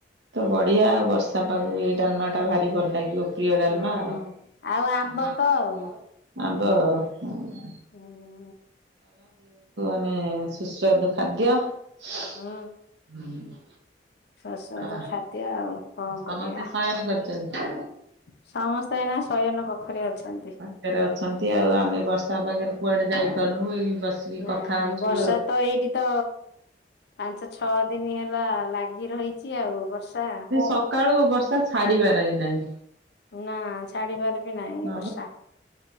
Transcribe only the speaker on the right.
ତ ବଢିଆ ଆଉ ବର୍ଷା ପାଗକୁ ଏଇ ଡାଲମା ଟା ଭାରି ଭଲ ଲାଗିବ। ପ୍ରିୟ ଡାଲମା
ଆଉ
ଆମ୍ବ
କଣ କରିବୁ ଆମ୍ବ। <inaudible>
ହଂ ସୁସ୍ୱାଦୁ ଖାଦ୍ୟ ହ୍ନୁ
ଆହା
ସମସ୍ତେ
ସୟନ କରିଛନ୍ତି।
ପାଖରେ ଅଛନ୍ତି ଆଉ ଆମେ ବଷ ବର୍ଷା ପାଗରେ କୁଆଡେ ଯାଇପାରୁନୁ ଏଇ। ବସିକି
କଥା ହଉଛୁ
ଆଉ।
ସକାଳୁ ବର୍ଷା ଛାଡିବାର ହିଁ ନାହିଁ।
ହଁ